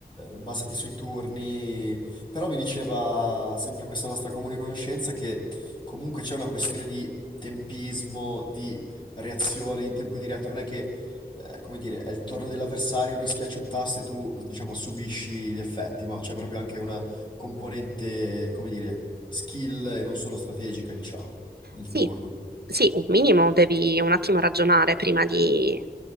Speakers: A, on the left; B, on the right.
A: basati sui turni, però mi diceva sempre questa nostra comune conoscenza che comunque c'è una questione di tempismo, di reazione in tempo diretto, non è che, eh, come dire, è il turno dell'avversario, lui schiaccia un tasto e tu, diciamo, subisci gli effetti, ma c'è proprio anche una componente, come dire, skill e non solo strategica, diciamo, nel
B: Sì,
A: turno.
B: sì, un minimo devi un attimo ragionare prima di,